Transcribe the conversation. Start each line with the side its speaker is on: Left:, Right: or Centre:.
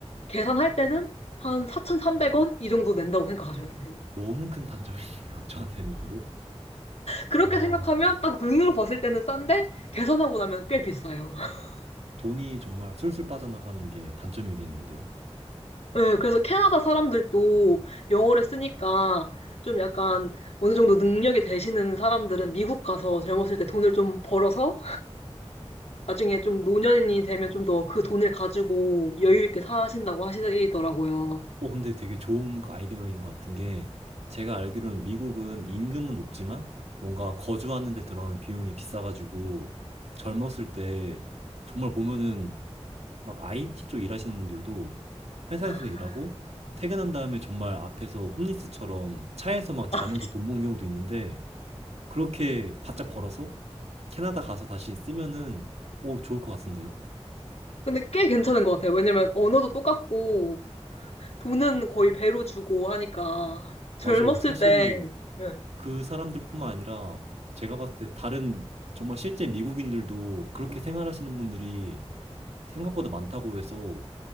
Left: 계산할 때는 한 4,300원 이 정도 낸다고 생각하셔면 돼요.
Right: 너무 큰 단점이네요, <laughs> 저한테는 그게.
Left: 그렇게
Right: 와,
Left: 생각하면 딱 눈으로 봤을 때는 싼데 계산하고 나면 꽤 비싸요. <laughs>
Right: 돈이 정말 술술 빠져나가는 게 단점이겠는데요.
Left: 네, 그래서 캐나다 사람들도 영어를 쓰니까 좀 약간 어느 정도 능력이 되시는 사람들은 미국 가서 젊었을 때 돈을 좀 벌어서 나중에 좀 노년이 되면 좀 더 그 돈을 가지고 여유 있게 사신다고 하시더라고요.
Right: 어, 근데 되게 좋은 아이디어인 것 같은 게 제가 알기로는 미국은 임금은 높지만 뭔가 거주하는 데 들어가는 비용이 비싸가지고 젊었을 때 정말 보면은 막 IT 쪽 일하시는 분들도 회사에서
Left: 아.
Right: 일하고 퇴근한 다음에 정말 앞에서 홈리스처럼 차에서 막 자면서
Left: <laughs>
Right: 돈 모은 경우도 있는데 그렇게 바짝 벌어서 캐나다 가서 다시 쓰면은 오, 좋을 것 같은데요?
Left: 근데 꽤 괜찮은 것 같아요. 왜냐면 언어도 똑같고 돈은 거의 배로 주고 하니까 젊었을
Right: 맞아요. 사실
Left: 때 예.
Right: 그 사람들뿐만 아니라 제가 봤을 때 다른 정말 실제 미국인들도 그렇게 생활하시는 분들이 생각보다 많다고 해서